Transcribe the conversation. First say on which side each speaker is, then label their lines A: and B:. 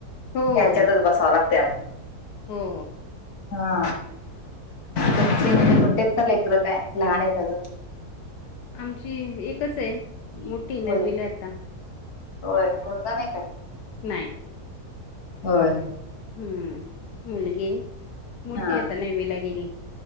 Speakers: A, on the left (about 80°); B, on the left (about 70°).
A: हो.
B: यांच्यातच बसावं लागतय आप
A: हो.
B: हा तुमचे मी मोठीयेत का लेकर काय लहान आहेत अजुन.
A: आमची एकच आय मोठी नववीला
B: मुली.
A: य आता.
B: होय मुलगा नाही काय.
A: नाही.
B: होय.
A: हम्म मुलगी मोठ्ठी
B: हा
A: आता नववीला गेली.